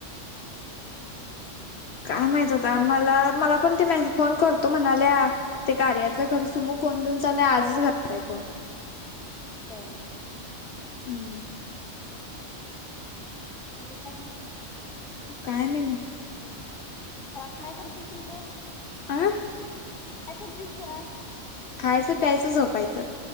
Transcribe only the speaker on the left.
काय माहित आता मला, मला पण ते <unintelligible> फोन करतो म्हणाल्या ते कार्याचं घर सुमो फोन घेऊन चालय आजच घरात आहे फोन.
हम्म
काय नाही.
आह.
खायचं, प्यायचं, झोपायचं.